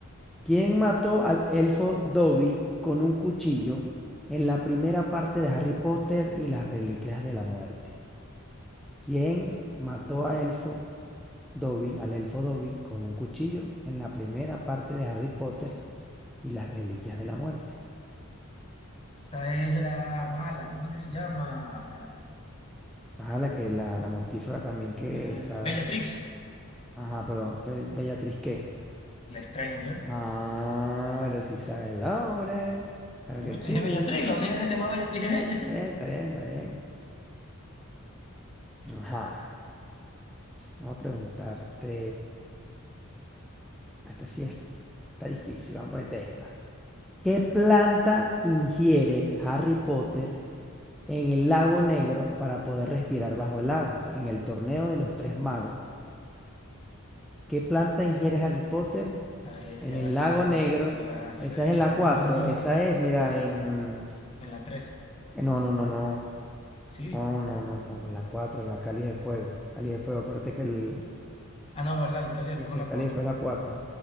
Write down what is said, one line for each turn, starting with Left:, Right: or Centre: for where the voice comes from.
Centre: ¿Quién mató al elfo Dobby con un cuchillo en la primera parte de Harry Potter y las Reliquias de la Muerte? ¿Quién mató a elfo Dobby, al elfo Dobby con un cuchillo en la primera parte de Harry Potter
Left: Sí.
Centre: y las Reliquias de la Muerte?
Left: Esta es la mala, ¿cómo es que se llama?
Centre: Ajá, la que la, la mortífaga también que
Left: Eh,
Centre: está.
Left: Bellatrix,
Centre: Ajá, pero Be- Bellatriz, ¿qué?
Left: la Stranger.
Centre: Ah, pero si sabe el hombre. Claro
Left: Bueno,
Centre: que sí.
Left: te dije Bellatrix, la única que se llama Bellatrix es ella.
Centre: Está bien, está bien, está bien. Ajá. Vamos a preguntarte. Esta sí es- está difícil. Vamos a ponerte esta. ¿Qué planta ingiere Harry Potter en el lago negro para poder respirar bajo el agua? En el torneo de los tres magos. ¿Qué planta ingiere Harry Potter
Left: Esta es,
Centre: en
Left: ya
Centre: el
Left: va, esa
Centre: lago
Left: se la,
Centre: negro?
Left: se la hace
Centre: Esa es en
Left: Hermione
Centre: la cuatro Esa es, mira, en.
Left: en la tres
Centre: No, no, no, no.
Left: Sí.
Centre: No, no, no, no. En la cuatro en la Cáliz de Fuego. Cáliz de Fuego. Acuérdate que el.
Left: Ah, no, verdad, el Cáliz de
Centre: Sí,
Left: Fuego
Centre: sí,
Left: en
Centre: el
Left: la
Centre: Cáliz
Left: cuatro
Centre: de Fuego es la cuatro